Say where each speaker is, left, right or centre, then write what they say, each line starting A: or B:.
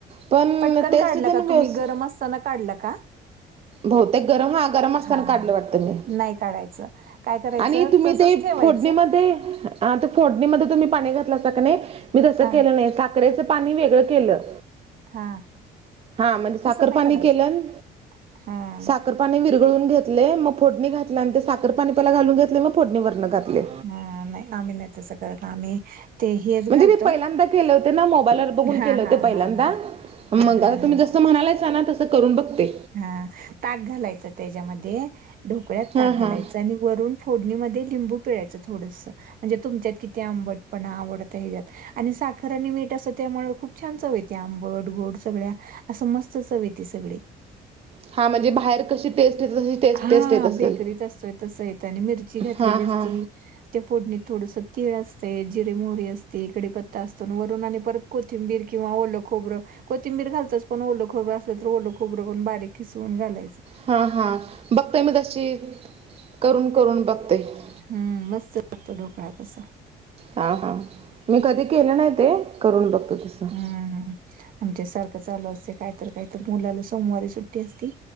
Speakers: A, on the right (about 35°); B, on the right (about 55°).
A: पण
B: पटकन
A: टेस्ट
B: काढला
A: त्या
B: का
A: ना
B: तुम्ही
A: व्यवस्
B: गरम असताना काढला का
A: बहतेक गरम हा गरम असताना
B: हा
A: काढलं वाटत मी
B: नाही काढायचं काय करायचं
A: आणि तुम्ही
B: तसंच
A: ते
B: ठेवायचं
A: फोडणीमध्ये फोडणीमध्ये तुम्ही पाणी घातला सग नाही मी तसं
B: हा
A: केलं नाही साखर्याचं पाणी वेगळं केलं
B: हा
A: हा म्हणजे साखर
B: तसं नाही
A: पाणी
B: करायचं
A: केलं
B: हा
A: साखरपाणी विरगळून घेतले मग फोडणी घातले आणि ते साखरपाणी पला घालून घेतले मग फोडणीवरनं घातले
B: अ नाही आम्ही नाही तसं करत आम्ही ते हेच
A: म्हणजे
B: घालतो
A: मी पहिल्यांदा केले होते ना मोबाईलवर बघून
B: हा
A: केले होते
B: हा
A: पहिल्यांदा
B: हा हा
A: मग
B: हा हा
A: आताम्
B: हा
A: म्हणालायच ना तसं करून बघते
B: हा ताक घालायचं त्याच्यामध्ये ढोकळ्यात
A: हा
B: ताक घालायचं
A: हा
B: आणि वरून फोडणीमध्ये लिंबू पिळायचं थोडस म्हणजे तुमच्यात किती आंबटपणा आवडत हच्यात आणि साखर आणि मीठ असं त्यामुळे खूप छान चवयेत आंबट गोड सगळ्या असं मस्तच हवी त सगळे
A: हा म्हणजे बाहेर कशी टेस्ट येत तशी टेस्ट
B: हां,
A: टेस्ट येत असेल
B: बेकरीत असतोय तसं ने मिरची घातलेली
A: हां
B: असती
A: हां
B: त्या फोडणीत थोडस तीळ असतते जिरीे मोहरी असते इकडे पत्ता असतो वरून आले परत कोथिंबर किंवा ओलं खोरं कोथिंबीर घालतच पण ओलं खोबरं असलं तर ओलं खोबरं बारीक खिसवून घालायच
A: हां हां बघत आहे मग तशी करून करून बघते आहे
B: हम्म मस्त लागतो ढोकळा तस
A: हा हां मी कधी केलं नाही ते करून बघतो तसं
B: हम्म आमच्या सारखं चालू असतं... काहीतर काहीतर मुलाला सोमवारी सुट्टी असती.